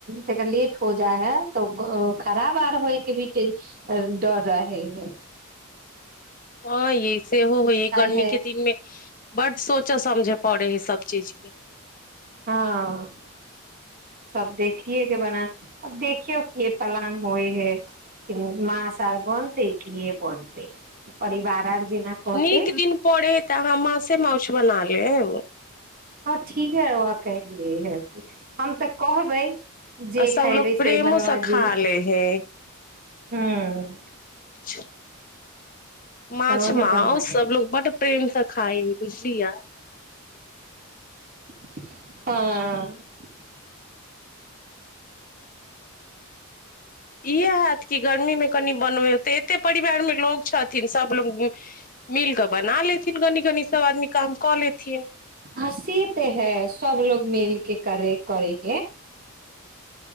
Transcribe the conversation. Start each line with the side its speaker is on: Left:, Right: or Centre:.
Right: त लेट हो जाइ हइ तऽ खराब आर होयके भी डर रहै हइ
Left: हँ यह सेहो होइ ह गर्मी
Right: है
Left: के दिनमे बड सोचऽ समझय पड़ै हइ सभ चीजके
Right: हँ सब देखिये के बना अब देखियौ कि पलान होइ है कि माँ स आर बनते कि ये बनते परिवार आर जेना कहतै
Left: नीक दिन पड़ै हइ तऽ अहाँ मासे माछ बना ले ओ
Right: हँ ठीक है वह कह य ह कि हम तऽ कहबै जे
Left: आ सभलोग
Right: खेबै से
Left: प्रेमो
Right: बनवा
Left: खा
Right: दी
Left: ले हे
Right: हँ
Left: अच्छा माछ
Right: रहे
Left: माउस
Right: बन लागे
Left: सबलोग बड प्रेमसँ खाइ बुझलिया
Right: हँ
Left: इह की गर्मी मे कनी बनबे होते एते परिवार मे लोग छथि थिन सभलोग मिल कऽ बना लेथिन कनी कनी सभ आदमी काम कऽ लेथिन
Right: हँसी तऽ है सब लोग मिलके करे करै हे